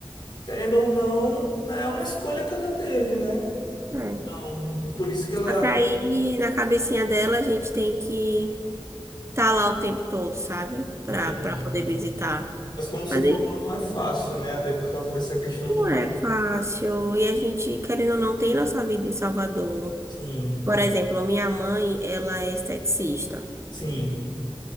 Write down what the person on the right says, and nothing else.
É.
Só
que aí na cabecinha dela a gente tem que estar lá o tempo todo, sabe? Pra,
pra poder visitar.
Mas
aí
não
é fácil. E a gente, querendo ou não, tem nossa vida em Salvador.
Por exemplo, minha mãe, ela é esteticista.